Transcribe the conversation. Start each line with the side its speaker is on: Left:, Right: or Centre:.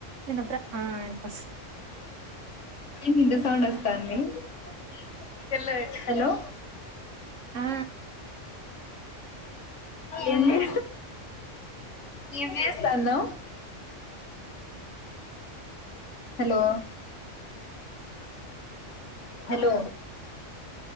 Right: చిన్నప్పుడ ఆ ఇనిపిస్తుంది
Left: ఏ ఇంత సౌండ్ వస్తాండిపీ లో హలో
Right: ఆ
Left: ఎన్ని ఏ చేస్తాను హలో హలో